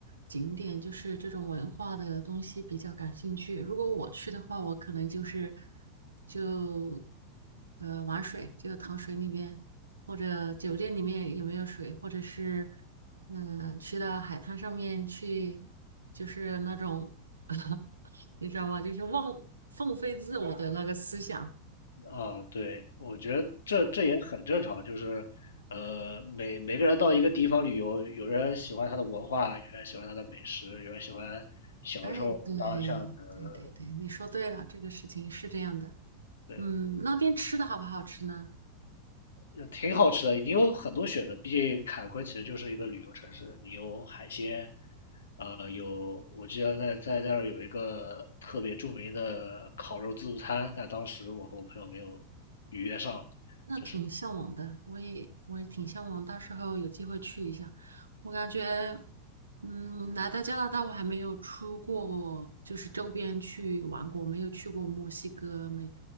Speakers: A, on the right; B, on the left.
A: 景点就是这种文化的东西比较感兴趣。如果我去的话，我可能就是就呃玩水，就躺水里面，或者酒店里面有没有水，或者是嗯、呃去到海滩上面去，就是那种 <laughs> 你知道吗？就是忘放飞自我的那个思想。
B: 啊，对，我觉得这这也很正常，就是，呃，每每个人到一个地方旅游，有人喜欢它的文化，有人喜欢它的美食，有人喜欢小时候当巷子，
A: 哎，对对对对，你说对了，这个事情是这样的。
B: 对，
A: 嗯，那边吃的好不好吃呢？
B: 呃挺好吃的。你有很多选择，毕竟坎昆其实就是一个旅游城市，你有海鲜，呃，有我记得在在那儿有一个特别著名的烤肉自助餐，但当时我和我朋友没有预约上，
A: 那挺向往的，
B: 是
A: 我也我也挺向往，到时候有机会去一下。我感觉，嗯，来到加拿大，我还没有出过，就是周边去玩过，没有去过墨西哥，没，